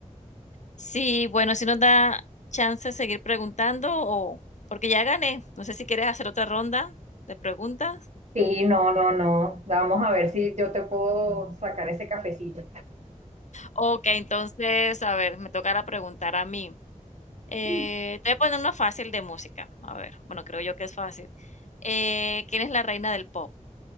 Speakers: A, on the left; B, on the right.
A: Sí, bueno, si nos da chance de seguir preguntando o porque ya gané, no sé si quieres hacer otra ronda de preguntas.
B: Sí, no, no, no. Vamos a ver si yo te puedo sacar ese cafecito.
A: Ok, entonces, a ver, me tocará preguntar a mí. Eh,
B: <laughs>
A: te voy a poner una fácil de música. A ver, bueno, creo yo que es fácil. Eh, ¿quién es la reina del pop?